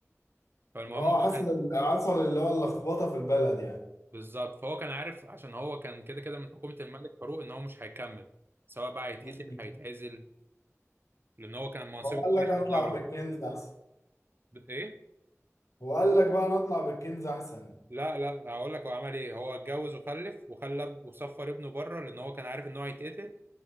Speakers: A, on the right (about 45°); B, on the left (about 75°).
A: فالمهم
B: اه
A: هو
B: حصل
A: كان
B: حصل اللي هو اللخبطه في البلد يعني
A: بالظبط فهو كان عارف عشان هو كان كده كده من حكومة الملك فاروق إن هو مش هيكمل سواء بقى هيتقتل
B: مم.
A: هيتعزل لأن هو كان منصب
B: هو قال
A: كبير
B: لك اطلع
A: في الدولة
B: بالكنز احسن
A: ب- إيه؟
B: هو قال لك بقى نطلع بالكنز احسن
A: لا لا هقول لك هو عمل إيه هو اتجوز وخلف وخلى وصفر ابنه بره لأن هو كان عارف إن هو هيتقتل